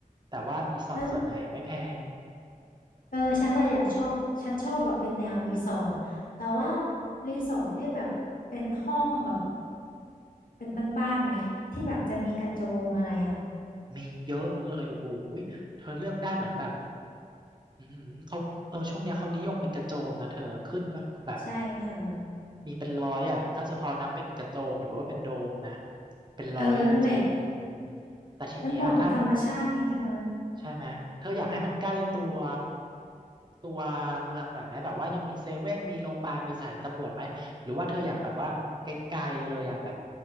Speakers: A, on the right; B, on the left.
A: แต่ว่ารีสอร์ทส่วนใหญ่ไม่แพง
B: นั่น เออ ฉันอะอยากชอบ ฉันชอบแบบเป็นแนวรีสอร์ทแต่ว่ารีสอร์ทเนี่ยแบบเป็นห้องแบบเป็นบ้านๆไหมที่แบบจะมีกระโจมอะไรอ่ะ
A: มีเยอะเลยโอ้โหยเธอเลือกได้เหมือนแบบอือหือเขาเออช่วงเนี้ยเขานิยมเป็นกระโจมนะเธอขึ้นแบบแบบ
B: ใช่เธอ
A: มีเป็นร้อยอ่ะถ้าจะพอนับเป็นกระโจมหรือว่าเป็นโดมนะเป็นร้อยจริงๆอืม
B: เออนั่นแหละ
A: แต่ทีเนี้ยถ้าบน
B: มันเหมาะกับธรรมชาติไงเธอ
A: ใช่ไหมเธออยากให้มันใกล้ตัวตัวเมืองหน่อยไหมแบบว่ายังมีเซเว่นมีโรงพยาบาลมีสถานีตำรวจไหมหรือว่าเธออยากแบบว่าไกลๆเลยอ่ะแบบ